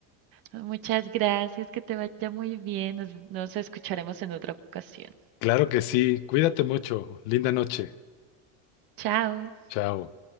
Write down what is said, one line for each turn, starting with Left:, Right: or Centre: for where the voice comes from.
Right: Muchas gracias, que te vaya muy bien. Nos, nos escucharemos en otra ocasión.
Left: Claro que sí, cuídate mucho, linda noche,
Right: Chao.
Left: chao.